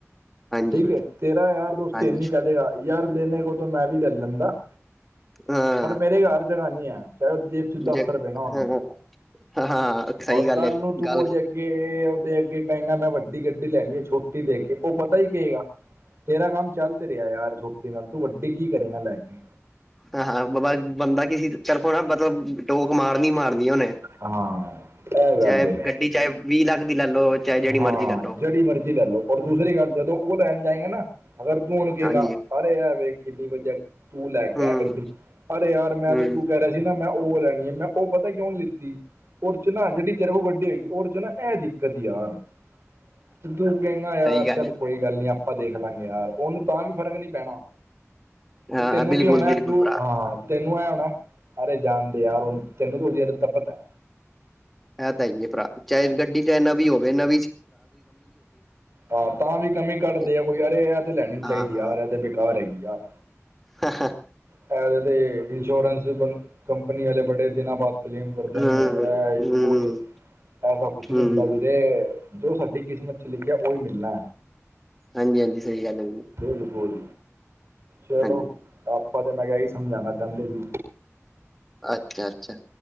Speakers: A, in the centre; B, on the right (about 60°).
A: ਹਾਂਜੀ
B: ਠੀਕ ਹੈ, ਤੇਰਾ ਯਾਰ ਦੋਸਤ
A: ਹਾਂਜੀ
B: ਤੇਨੂੰ ਹੀ ਕਹਿ ਦੇਗਾ ਯਾਰ ਲੈਣੇ ਕੋਲ ਤਾਂ ਮੈਂ ਵੀ ਲੈ ਲੈਂਦਾ।
A: ਹਾਂ।
B: ਇਹ ਹਰ ਜਗ੍ਹਾ ਨੀ ਹੈ <unintelligible> ਦਸ
A: ਜ
B: ਰੁਪਏ ਨਾ ਹੋਣ
A: ਹਾਂ ਹਾਂ ਸਹੀ
B: ਔਰ
A: ਗੱਲ
B: ਕੱਲ
A: ਹੈ
B: ਨੂੰ ਤੂੰ
A: ਗੱਲ
B: ਉਹਦੇ ਅੱਗੇ ਉਹਦੇ ਅੱਗੇ ਕਹੇਗਾ ਮੈਂ ਵੱਡੀ ਗੱਡੀ ਲੈਣੀ ਹੈ ਛੋਟੀ ਦੇ ਕੇ ਉਹ ਪਤਾ ਹੀ ਕੇਗਾ ਤੇਰਾ ਕੰਮ ਚੱਲ ਤੇ ਰਿਹਾ ਯਾਰ ਛੋਟੇ ਨਾਲ ਤੂੰ ਵੱਡੀ ਕੀ ਕਰੇਗਾ ਲੈ ਕੇ
A: ਹਾਂ, ਹਾਂ ਬਾ ਬੰਦਾ ਕਿਸੇ ਤਰਫੋਂ ਨਾ ਮਤਲਬ ਟੋਕ ਮਾਰਨੀ ਮਾਰਨੀ ਉਹਨੇ
B: ਹਾਂ ਇਹ ਗੱਲ
A: ਚਾਹੇ
B: ਏ।
A: ਗੱਡੀ ਚਾਹੇ ਵੀਹ ਲੱਖ ਦੀ ਲੈ ਲਓ ਚਾਹੇ ਜਿਹੜੀ
B: ਹਾਂ
A: ਮਰਜ਼ੀ ਲੈ ਲਓ
B: ਜਿਹੜੀ ਮਰਜੀ ਲੈ ਲੋ ਔਰ ਦੂਸਰੀ ਗੱਲ ਜਦੋਂ ਉਹ ਲੈਣ ਜਾਏਗਾ ਨਾ ਅਗਰ ਤੂੰ ਹੁਣ ਕਹੇਗਾ
A: ਹਾਂਜੀ
B: ਅਰੇ ਯਾਰ ਵੇਖ ਕਿੰਨੀ ਵਧੀਆ ਤੂੰ ਲੈ ਕੇ
A: ਹਮ
B: ਆ ਗੱਡੀ ਅਰੇ ਯਾਰ ਮੈਂ
A: ਹਮ
B: ਤੇ ਤੂੰ ਕਹਿ ਰਿਹਾ ਸੀ ਨਾ ਮੈਂ ਉਹ ਲੈਣੀ ਹੈ ਮੈਂ ਉਹ ਪਤਾ ਕਿਉਂ ਨੀ ਲਿੱਤੀ ਉਹ ਚ ਨਾ ਜਿਹੜੀ ਤੇਰੇ ਕੋਲ ਗੱਡੀ ਹੋਗੀ ਉਹ ਚ ਨਾ ਐ ਇਹ ਦਿੱਕਤ ਯਾਰ ਤੇ ਤੂੰ ਕਹਿੰਦਾ ਯਾਰ
A: ਸਹੀ
B: ਚੱਲ
A: ਗੱਲ ਹੈ।
B: ਕੋਈ ਗੱਲ ਨੀ ਆਪਾਂ ਦੇਖ ਲਾਂਗੇ ਯਾਰ ਉਹਨੂੰ ਤਾਂ ਵੀ ਫਰਕ ਨੀ ਪੈਣਾ
A: ਹਾਂ
B: ਤੇ ਤੈਨੂੰ
A: ਬਿਲਕੁਲ
B: ਕੀ ਹੋਣਾ
A: ਬਿਲਕੁਲ
B: ਤੂੰ
A: ਭਰਾ
B: ਹਾਂ ਤੈਨੂੰ ਐਂ ਹੋਣਾ ਸਾਰੇ ਜਾਣਦੇ ਯਾਰ ਉਹਨੂੰ ਤੈਨੂੰ ਉਹ ਜ ਤਪਤ ਹੈ।
A: ਹੈ ਤਾਂ ਹੀ ਹੈ ਭਰਾ ਚਾਹੇ ਗੱਡੀ ਚਾਹੇ ਨਵੀਂ ਹੋਵੇ ਨਵੀ
B: ਹਾਂ ਤਾਂ ਵੀ ਕਮੀ ਘੱਟਦੇ
A: ਹੈ।
B: ਆ ਕੋਈ ਯਾਰ ਇਹ ਤੇ ਲੈਣੀ ਚਾਹੀਦੀ
A: ਹਾਂ
B: ਯਾਰ ਏ ਤੇ ਬੀ ਬੇਕਾਰ ਹੈਗੀ ਆ।
A: ਹਾਂ, ਹਾਂ
B: ਪਿਹਲੇ ਤੇ ਇੰਸ਼ੋਰੈਂਸ ਬ ਕੰਪਨੀ ਵਾਲੇ ਬੜੇ ਦਿਨਾਂ ਬਾਅਦ ਕਲੇਮ ਕਰਦੇ
A: ਹੂੰ
B: ਨੇ ਇਹ
A: ਹੂੰ
B: ਉਹ ਏ ਐਸਾ ਕੁਛ ਨੀ
A: ਹੂੰ
B: ਹੁੰਦਾ ਵੀਰੇ ਜੋ ਸਾਡੀ ਕਿਸਮਤ ਚ ਲਿਖਿਆ ਉਹ ਹੀ ਮਿਲਣਾ।
A: ਹਾਂਜੀ, ਹਾਂਜੀ ਸਹੀ ਗੱਲ ਹੈ। ਵੀਰੇ
B: ਬਿਲਕੁਲ ਚਲੋ
A: ਹਾਂਜੀ
B: ਆਪਾਂ ਤੇ ਮੈਂ ਕਿਹਾ ਇ ਹੀ ਸਮਝਾਉਣਾ ਚਾਹੁੰਦੇ ਜੀ।
A: ਅੱਛਾ ਅੱਛਾ